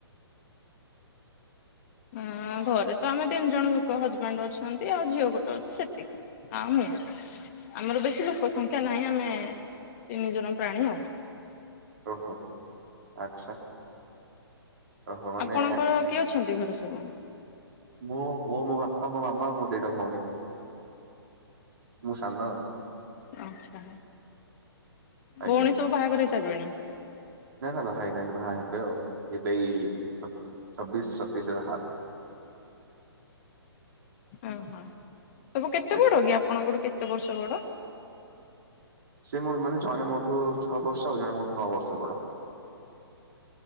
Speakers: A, on the right; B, on the left.
A: <inaudible>
B: ଆ ଘରେ ତ ଆମେ ତିନି ଜଣ ଲୋକ ହଜବେଣ୍ଡ ଅଛନ୍ତି ଆଉ ଝିଅ ଗୋଟେ ଅଛି ସେତିକି। ଆ ମୁଁ ଆମର ବେଶୀ ଲୋକ ସଂଖ୍ୟା ନାହିଁ, ଆମେ ତିନି ଜଣ ପ୍ରାଣୀ ଆଉ।
A: ଓହୋ ଆଚ୍ଛା। ଓହୋ ମାନେ
B: ଆପଣଙ୍କର କିଏ ଅଛନ୍ତି ଘରେ ସବୁ?
A: ମୁଁ, ମୋ ବାପା, ମୋ ମାମା, ମୋ ଦିଟା ଭଉଣୀ। ମୁଁ ସାନ ଆଉ
B: ଆଛା
A: ଆଜ୍ଞା
B: ଭଉଣୀ ସବୁ ବାହାଘର ହେଇସାରିବେଣି?
A: ନା ନା ବାହାହେଇ ନାହାନ୍ତି ବାହା ହେବେ ଆଉ ଏବେ ଏଇ ଛବିଶି ସତେଇଶିରେ ବାହା ହେବେ।
B: ଓହୋ ସବୁ କେତେ
A: ଆଜ୍ଞା।
B: ବଡ଼ କି ଆପଣଙ୍କଠୁ କେତେ ବର୍ଷ ବଡ଼।
A: ସେ ମ ମାନେ ଜଣେ ମୋଠୁ ଛଅ ବର୍ଷ ଆଉ ଜଣେ ମୋଠୁ ନଅ ବର୍ଷ ବଡ଼।